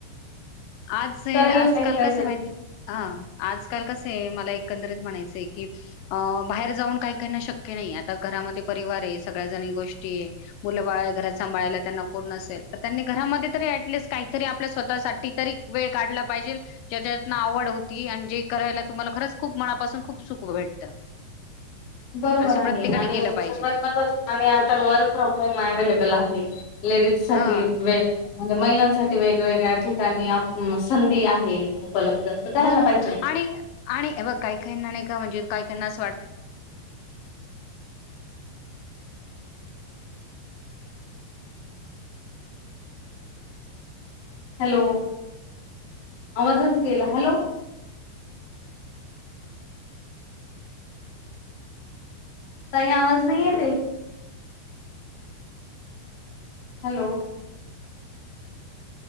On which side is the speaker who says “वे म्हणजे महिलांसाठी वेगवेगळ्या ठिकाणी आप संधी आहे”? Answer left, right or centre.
Left